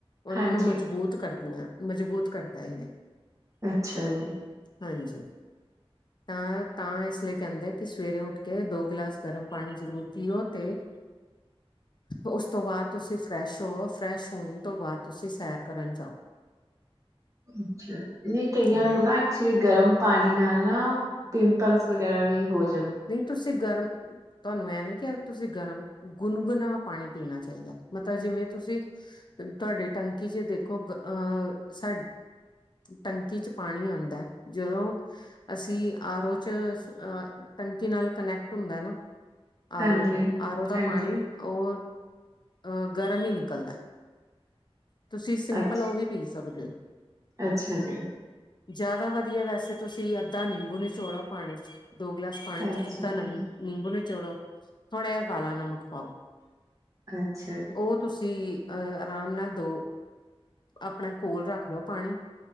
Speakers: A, on the left; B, on the right.
A: ਉਹਨਾਂ
B: ਹਾਂਜੀ।
A: ਨੂੰ ਮਜ਼ਬੂਤ ਕਰਦੇ ਮਜ਼ਬੂਤ। ਕਰਦਾ ਹੈ।
B: ਅੱਛਾ ਜੀ
A: ਹਾਂਜੀ ਜੀ, ਤਾਂ, ਤਾਂ ਇਸ ਲਈ ਕਹਿੰਦੇ ਕਿ ਸਵੇਰੇ ਉੱਠ ਕੇ ਦੋ ਗਿਲਾਸ ਗਰਮ ਪਾਣੀ ਜ਼ਰੂਰ ਪੀਓ ਤੇ ਉਸ ਤੋਂ ਬਾਅਦ ਤੁਸੀਂ ਫਰੈਸ਼ ਹੋ ਫਰੈਸ਼ ਹੋਣ ਤੋਂ ਬਾਅਦ ਤੁਸੀਂ ਸੈਰ ਕਰਨ ਜਾਓ
B: ਅੱਛਾ, ਨਹੀਂ ਕਈਆਂ
A: ਹਾਂ ਨਹੀਂ
B: ਨੂੰ ਨਾ ਐਕਚੁਲੀ ਗਰਮ ਪਾਣੀ ਨਾਲ ਨਾ ਪਿੰਪਲਸ ਵਗੈਰਾ ਵੀ ਹੋ ਜਾ
A: ਨਹੀਂ ਤੁਸੀਂ ਗਰਮ ਤੁਹਾਨੂੰ ਇਹ ਨੀ ਕੇਹਾ ਤੁਸੀਂ ਗਰਮ, ਗੁਨਗੁਣਾ ਪਾਣੀ ਪੀਣਾ ਚਾਹੀਦਾ ਮਤਲਬ ਜਿਵੇਂ ਤੁਸੀਂ ਤੁਹਾਡਡੀ ਟੰਕੀ ਚ ਦੇਖੋ ਅਹ ਸਾ ਟੰਕੀ ਚ ਪਾਣੀ ਆਉਂਦਾ ਜਦੋਂ ਅਸੀਂ ਆਰੋ ਚ, ਅਹ ਟੰਕੀ ਨਾਲ ਕਨੈਕਟ ਹੁੰਦਾ ਨਾ
B: ਹਾਂਜੀ।
A: ਆਰੋ, ਆਰੋ ਦਾ
B: ਹਾਂਜੀ,
A: ਪਾਣੀ ਉਹ ਅਹ ਗਰਮ ਹੀ ਨਿਕਲਦਾ ਤੁਸੀਂ ਸਿੰਪਲ
B: ਅੱਛ
A: ਉਹ ਵੀ ਪੀ ਸਕਦੇ ਹੋ
B: ਅੱਛਾ ਜੀ
A: ਜ਼ਿਆਦਾ ਵਧੀਆ ਵੈਸੇ ਤੁਸੀਂ ਅੱਧਾ ਨਿੰਬੂ ਨੀਚੋੜੋ ਪਾਣੀ ਚ ਦੋ ਗਲਾਸ ਪਾਣੀ
B: ਅੱਛਾ
A: ਚ ਅੱਧਾ
B: ਜੀ,
A: ਨ ਨਿੰਬੂ ਨੀਚੋੜੋ ਥੋੜ੍ਹਾ ਜਿਹਾ ਕਾਲਾ ਨਮਕ ਪਾਓ
B: ਅੱਛਾ ਜੀ
A: ਉਹ ਤੁਸੀਂ ਅਹ ਆਰਾਮ ਨਾਲ ਦੋ ਆਪਣਾ ਕੋਲ ਰੱਖ ਲਓ ਪਾਣੀ,